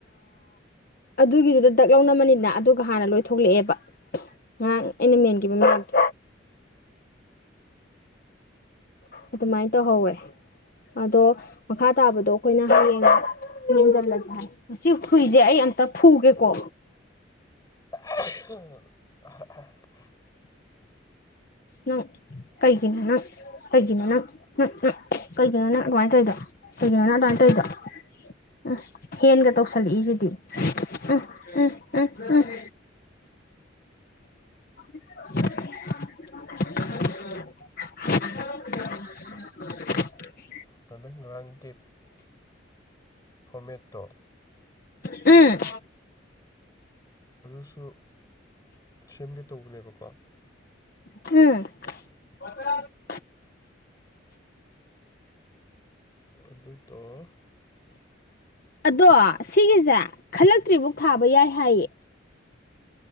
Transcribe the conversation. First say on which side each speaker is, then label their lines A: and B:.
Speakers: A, on the left; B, on the left.
A: ꯑꯗꯨꯒꯤꯗꯨꯗ ꯗꯛ ꯂꯧꯅꯅꯕꯅꯤꯅ ꯑꯗꯨꯒ ꯍꯥꯟꯅ ꯂꯣꯏ ꯊꯣꯛꯂꯛꯑꯦꯕ ꯉ ꯑꯩꯅ ꯃꯦꯟꯈꯤꯕ ꯃꯗꯦ ꯑꯗꯨꯃꯥꯏꯅ ꯇꯧꯍꯧꯔꯦ ꯑꯗꯣ ꯃꯈꯥ ꯇꯥꯕꯗꯣ ꯑꯩꯈꯣꯏꯅ ꯍꯌꯦꯡ ꯌꯦꯦꯟꯁꯤꯜꯂꯁ ꯍꯥꯏ ꯃꯁꯤ ꯍꯨꯏꯁꯦ ꯑꯩ ꯑꯝꯇ ꯐꯨꯒꯦꯀꯣ
B: <unintelligible> ꯑꯍ ꯑ
A: ꯅꯪ ꯀꯩꯒꯤꯅ ꯅꯪ ꯀꯩꯒꯤꯅꯣ ꯅꯪ ꯎꯝ ꯎ ꯀꯩꯒꯤꯅꯣ ꯅꯪ ꯑꯗꯨꯃꯥꯏ ꯇꯧꯔꯤꯗꯣ ꯀꯩꯒꯤꯅꯣꯅ ꯑꯗꯨꯋꯥꯏꯅ ꯇꯧꯔꯤꯗꯣ ꯎꯝ ꯍꯦꯟꯒ ꯇꯧꯁꯜꯂꯛꯏꯁꯤꯗꯤ ꯎꯝ ꯎꯝ ꯎꯝ ꯎꯝ <unintelligible> <unintelligible> <unintelligible>
B: ꯀꯟꯗꯪ ꯉꯔꯥꯡꯒꯤ ꯐꯣꯔꯃꯦꯠꯇꯣ
A: ꯎꯝ
B: ꯑꯗꯨꯁꯨ ꯁꯦꯝꯒꯦ ꯇꯧꯕꯅꯦꯕꯀꯣ
A: ꯍ ꯃꯠꯇ
B: ꯑꯗꯨ ꯇꯣꯞ
A: ꯑꯗꯣ ꯁꯤꯒꯤꯁꯦ ꯈꯜꯂꯛꯇ꯭ꯔꯤꯐꯧ ꯊꯥꯕ ꯌꯥꯏ ꯍꯥꯏꯌꯦ